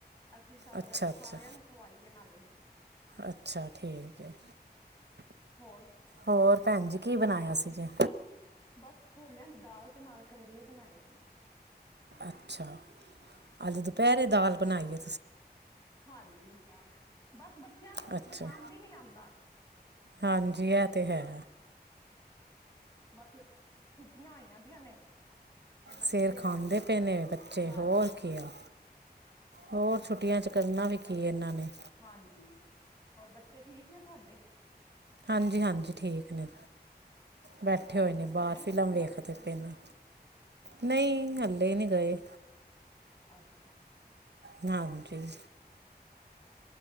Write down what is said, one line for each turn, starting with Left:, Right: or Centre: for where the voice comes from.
Left: ਅਸੀਂ ਸ
Right: ਅੱਛਾ-ਅੱਛਾ,
Left: ਸਾਰਿਆਂ ਨੂੰ ਖਵਾਈਏ ਨਾਲੇ
Right: ਅੱਛਾ ਠੀਕ ਹੈ
Left: ਹੋਰ।
Right: ਹੋਰ ਭੈਣ ਜੀ ਕੀ ਬਣਾਇਆ ਸੀ ਜੇ।
Left: ਬਸ ਛੋਲਿਆਂ ਦੀ ਦਾਲ਼ ਤੇ ਨਾਲ਼ ਕਰੇਲੇ ਬਣਾਏ ਸੀ।
Right: ਅੱਛਾ ਹਾਲੇ ਦੁਪਹਿਰੇ ਦਾਲ ਬਣਾਈਏ
Left: ਹਾਂਜੀ ਬਸ ਬੱਚਿਆਂ ਨੂੰ ਕੁਛ
Right: ਅੱਛਾ,
Left: ਪਸੰਦ ਹੀ ਨਹੀਂ ਆਂਦਾ।
Right: ਹਾਂਜੀ। ਇਹ ਤੇ ਹੈਂ।
Left: ਬਾਕੀ ਛੁੱਟੀਆਂ ਆਈਆਂ ਦੀਆਂ ਨੇਂ। ਤੇ ਬੱਚੇ
Right: ਸਿਰ ਖਾਂਦੇ
Left: ਬਸ
Right: ਪਏ ਨੇ ਬੱਚੇ
Left: ਹਾਂਜੀ।
Right: ਹੋਰ ਕੀ ਆ। ਹੋਰ ਛੁੱਟੀਆਂ ਚ ਕਰਨਾ ਵੀ ਕੀ ਇਹਨਾਂ ਨੇ
Left: ਹਾਂਜੀ। ਹੋਰ ਬੱਚੇ ਠੀਕ ਨੇਂ ਤੁਹਾਡੇ।
Right: ਹਾਂਜੀ ਹਾਂਜੀ ਠੀਕ ਨੇ। ਬੈਠੇ
Left: ਹੋਰ
Right: ਹੋਏ ਨੇ
Left: ਕਿਤੇ
Right: ਬਾਹਰ
Left: ਗਏ ਨੀ
Right: ਫਿਲਮ
Left: ਘੁੰਮਣ
Right: ਵੇਖਦੇ
Left: ਤੁਸੀਂ
Right: ਪਏ ਨੇ ਨਹੀਂ ਹੱਲੇ ਨੀਂ ਗਏ।
Left: ਅੱਛਾ।
Right: ਹਾਂਜੀ